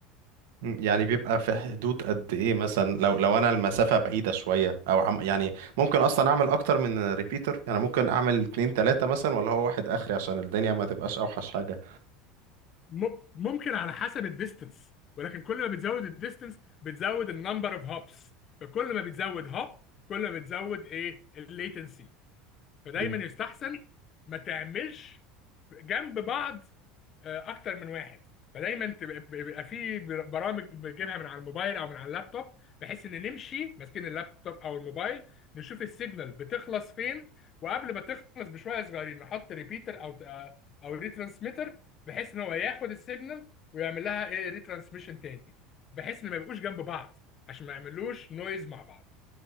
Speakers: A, on the right; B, on the left.
A: مم، يعني بيبقى في حدود قد ايه مثلا لو لو انا المسافة بعيدة شوية او عم يعني ممكن اصلا اعمل اكتر من ريبيتر يعني ممكن اعمل اتنين تلاتة مثلا ولا هو واحد اخري عشان الدنيا ما تبقاش اوحش حاجة
B: م- ممكن على حسب الديستنس ولكن كل ما بتزود الديستنس بتزود النمبر اوف هوبس فكل ما بتزود هوب كل ما بتزود ايه الليتنسي فدايما
A: مم.
B: يستحسن ما تعملش جنب بعض آه، اكتر من واحد فدايما تبقى- بيبقى في برامج بنجيبها من على الموبايل او من على اللابتوب بحيث ان نمشي ماسكين اللابتوب او الموبايل نشوف السيجنال بتخلص فين وقبل ما تخلص بشويه صغيرين نحط ريبيتر او او ريترانسميتر بحيث ان هو ياخد السيجنال ويعمل لها ايه ريترانسميشن تاني بحيث ان ما يبقوش جنب بعض عشان ما يعملوش نويز مع بعض